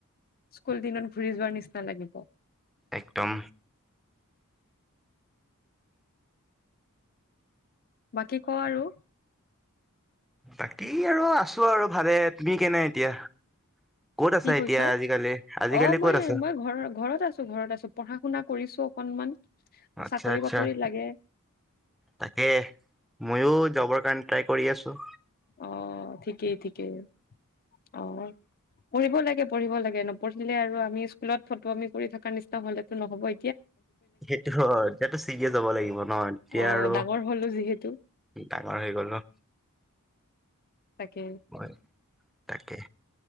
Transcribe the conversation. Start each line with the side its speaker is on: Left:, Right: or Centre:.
Left: সকলো দিন ঘুৰি যোৱাৰ নিচিনা লাগিব।
Centre: একদম।
Left: বাকী কোৱা আৰু?
Centre: বাকী আৰু আছো আৰু ভালে। তুমি কেনে এতিয়া? ক'ত আছা
Left: কি কৈছ?
Centre: এতিয়া আজিকালি আজিকালি
Left: অ' মই
Centre: ক'ত আছা
Left: মই ঘ ঘৰত আছো ঘৰত আছো পঢ়া শুনা কৰিছো অকনমান।
Centre: আচ্ছা
Left: চাকৰি
Centre: আচ্ছা
Left: বাকৰি লাগে।
Centre: তাকে ময়ো জবৰ কাৰণে ট্ৰাই কৰি আছোঁ।
Left: অ', ঠিকেই, ঠিকেই অ', পঢ়িব লাগ পঢ়িব লাগে, নপঢ়িলে আৰু আমি স্কুলত ফটোৱামী কৰি থকা নিচিনা হ'লেতো নহ'ব এ
Centre: সেইটো হয়, এতিয়াটো চিৰিয়াচ যাব লাগিব ন' এতিয়া
Left: অ
Centre: আৰু
Left: ডাঙৰ হলো যিহেতু
Centre: ডাঙৰ হৈ গ'লো।
Left: তাকে
Centre: হয়, তাকে।